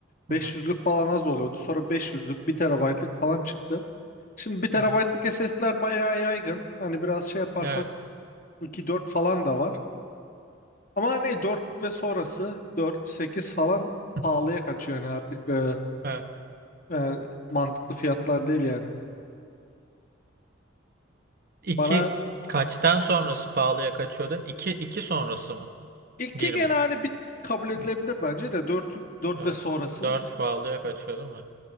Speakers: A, on the left; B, on the right.
A: 500'lük
B: Hı hı,
A: falan az oluyordu. Sonra 500'lük bir terabaytlık falan çıktı. Şimdi 1 TB'lık
B: hı hı.
A: SSD'ler bayağı yaygın. Hani biraz şey yaparsan
B: Evet.
A: iki dört falan da var. Ama hani dört ve sonrası dört sekiz falan
B: <laughs>
A: pahalıya kaçıyor yani artık e,
B: Evet.
A: yani mantıklı fiyatlar değil yani.
B: İki
A: Bana
B: kaçtan sonrası pahalıya kaçıyordun? İki, iki sonrası mı?
A: 2
B: Bir
A: gene
B: mi?
A: hani bir kabul edilebilir
B: Hı,
A: bence de dört dört
B: Evet.
A: ve sonrası.
B: Dört pahalıya kaçıyor değil mi?